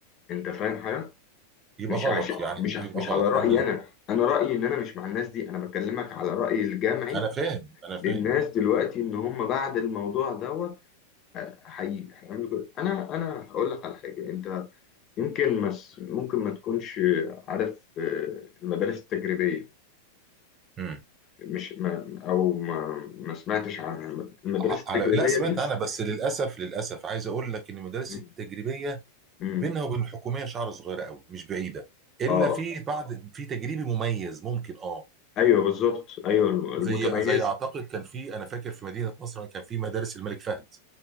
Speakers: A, on the left; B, on the right.
A: أنت فاهم حاجة؟
B: يبقى
A: مش
B: غلط
A: عش...
B: يعني
A: مش ع-
B: يبقى
A: مش
B: غلط
A: على رأيي
B: لان
A: أنا أنا رأيي إن أنا مش مع الناس دي أنا بكلمك على رأيي الجمعي
B: انا فاهم انا فاهم
A: للناس
B: آه.
A: دلوقتي إن هم بعد الموضوع دوت آه، هي هيعملوا كده أنا أنا هقول لك على حاجة أنت يمكن مس... ممكن ما تكونش عارف آه، المدارس التجريبية
B: مم.
A: مش ما او ما, ما سمعتش عن المدرسه
B: ع- على
A: التجريبيه
B: لا سمعت
A: دي
B: عنها بس للاسف للاسف عايز اقول لك ان المدارس
A: مم.
B: التجريبيه
A: مم.
B: بينها وبين الحكوميه شعره صغيره قوي مش بعيده الا
A: اه
B: في بعض في تجريبي مميز ممكن اه
A: ايوه بالظبط ايوه المتميزه
B: زي زي اعتقد كان في انا فاكر في مدينه نصر كان في مدارس الملك فهد